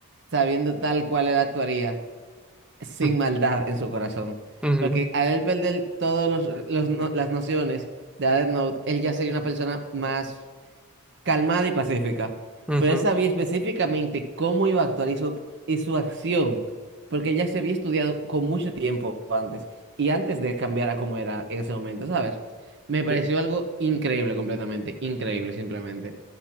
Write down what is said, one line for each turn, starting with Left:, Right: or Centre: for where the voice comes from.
Right: sabiendo tal cual él actuaría, sin
Centre: Mm,
Right: maldad en su corazón.
Centre: ujú,
Right: Porque al él perder todas los, los no- las nociones de Death Note, él ya sería una persona más calmada y pacífica,
Centre: ujú,
Right: pero él sabía específicamente cómo iba a actuar y su, y su acción, porque él ya se había estudiado con mucho tiempo antes y antes de cambiar a cómo era en ese momento, ¿sabes? Me pareció
Centre: sí.
Right: algo increíble completamente, increíble simplemente.